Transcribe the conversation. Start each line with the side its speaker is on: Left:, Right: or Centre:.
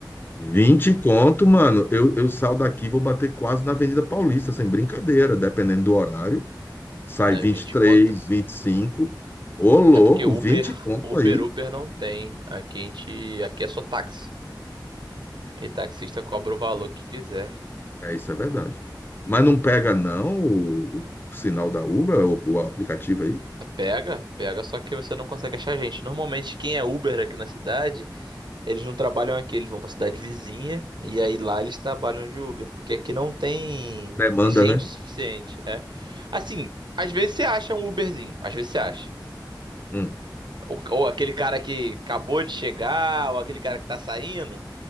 Left: 20 conto, mano. Eu, eu saio daqui, vou bater quase na Avenida Paulista, sem brincadeira, dependendo do horário. Sai
Right: né?
Left: vinte
Right: vinte
Left: vinte e três
Right: conta.
Left: vinte e cinco Ô, louco,
Right: É porque Uber,
Left: 20 conto
Right: Uber,
Left: aí.
Right: Uber não tem. Aqui a gente... Aqui é só táxi. E taxista cobra o valor que quiser.
Left: É, isso é verdade. Mas não pega, não, o, o sinal da Uber, o, o aplicativo aí?
Right: Pega, pega, só que você não consegue achar gente. Normalmente, quem é Uber aqui na cidade... Eles não trabalham aqui, eles vão pra cidade vizinha e aí lá eles trabalham de Uber, porque aqui não tem
Left: Demanda,
Right: gente
Left: né?
Right: o suficiente, é. Assim, às vezes você acha um Uberzinho, às vezes você acha.
Left: Hum.
Right: Ou, ou aquele cara que acabou de chegar, ou aquele cara que tá saindo,